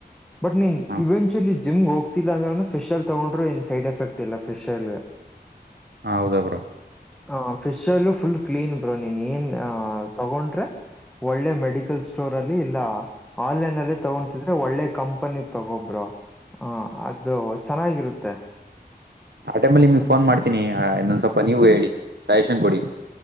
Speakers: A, in the centre; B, on the right.
A: ಬಟ್ ನೀನ್
B: ಹಾ
A: ಇವೆನ್ಚುಲಿ ಜಿಮ್ಗೆ ಹೋಗ್ತಿಲ್ಲ ಅಂದ್ರ ಫಿಶ್ಲ್ ತಗೊಂಡ್ರು ಏನ್ ಸೈಡ್ ಎಫೆಕ್ಟ್ ಇಲ್ಲ ಫಿಶ್ ಆಯಿಲ್
B: ಹಾ ಹೌದಾ ಬ್ರೋ
A: ಹ fish oil full clean bro ನೀನ್ ಏನ್ ಆ ತಗೊಂಡ್ರೆ ಒಳ್ಳೆ ಮೆಡಿಕಲ್ ಸ್ಟೋರ್ ಅಲ್ಲಿ ಇಲ್ಲ ಆನ್ಲೈನ್ ಅಲ್ಲೇ ತಗೊತಿದ್ರೆ ಒಳ್ಳೆ ಕಂಪ್ ಪ್ಪನಿ ತಗೊ ಬ್ರೋ ಹ ಅದು ಚೆನ್ನಾಗಿರುತ್ತೆ.
B: ಆ ಟೈಮ ಅಲ್ಲಿ ನಿಮಗೆ ಫೋನ್ ಮಾಡ್ತೀನ್ ನಿ ಇನ್ನೊಂದ ಸ್ವಲ್ಪ ನೀವು ಹೇಳಿ. ಸಿಗ್ಸೆಷನ್ ಕೊಡಿ.